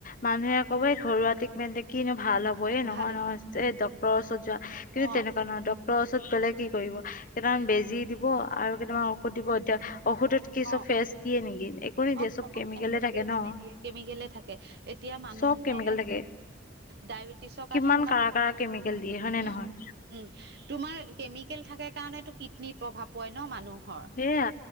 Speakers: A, on the left; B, on the right.
A: মানুহে ক'ব এই ঘৰুৱা ট্ৰিটমেণ্টে কিনো ভাল হ'ব নহয়
B: ভাল
A: নহয় এই ডক্টৰৰ ওচৰত যোৱা, কিন্তু,
B: অ
A: তেনেকুৱা নহয় ডক ডক্টৰ ওচৰত গ'লে কি কৰিব, কেইটামান বেজি দিব আৰু কেইটামান ঔষধ দিব এতিয়া, ঔষধত কি
B: অ
A: চব ফ্ৰেছ দিয়ে নেকি, একো নিদিয়ে
B: অ অ
A: চব
B: একো
A: কেমিকেলে
B: <unintelligible>
A: থাকে ন
B: নিদিয়ে, কেমিকেলে থাকে, এতিয়া মানুহে
A: চব কেমিকেল থাকে
B: ডায়বেটিছৰ কাৰণে
A: কিমান
B: তোমাৰ
A: কাৰা
B: <unintelligible> উম,
A: কাৰা কেমিকেল দিয়ে হয়নে নহয়
B: উম। উম, তোমাৰ কেমিকেল থাকে কাৰণেটো কিডনীত প্ৰভাৱ পৰে ন মানুহৰ।
A: সেয়া